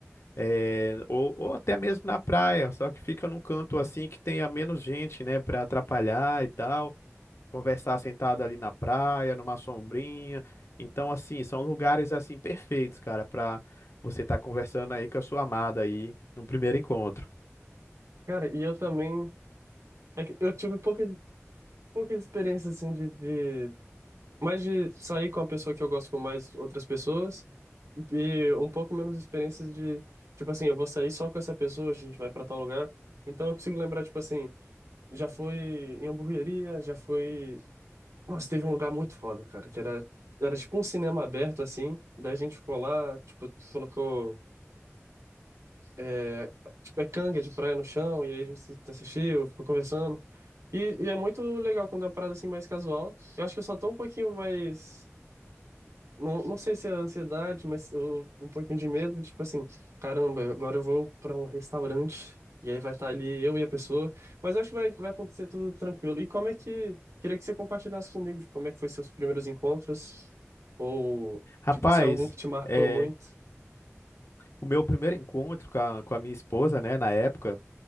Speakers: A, on the left; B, on the right.
A: é, ou, ou até mesmo na praia, só que fica num canto assim que tenha menos gente, né, para atrapalhar e tal, conversar sentado ali na praia, numa sombrinha. Então, assim, são lugares assim perfeitos, cara, para você estar conversando aí com a sua amada aí num primeiro encontro.
B: Cara, e eu também... é que eu tive pouca, pouca experiência, assim, de, de mais de sair com a pessoa que eu gosto com mais outras pessoas e um pouco menos experiências de, tipo assim, eu vou sair só com essa pessoa, a gente vai para tal lugar. Então eu consigo lembrar, tipo assim, já foi em hamburgueria, já foi. Nossa, teve um lugar muito foda, cara, que era, era tipo um cinema aberto, assim. Daí a gente ficou lá, tipo, colocou, é, tipo, é canga de praia no chão, e aí a gente se- assistiu, ficou conversando. E, e é muito legal quando é uma parada assim mais casual. Eu acho que eu só tô um pouquinho mais. Não, não sei se é ansiedade, mas eu, um pouquinho de medo, tipo assim, caramba, agora eu vou para um restaurante e aí vai estar ali eu e a pessoa, mas eu acho que vai, vai acontecer tudo tranquilo. E como é que, queria que você compartilhasse comigo, tipo, como é que foi seus primeiros encontros, ou,
A: Rapaz,
B: tipo assim, algum que te marcou
A: é,
B: muito?
A: o meu primeiro encontro com a, com a minha esposa, né, na época.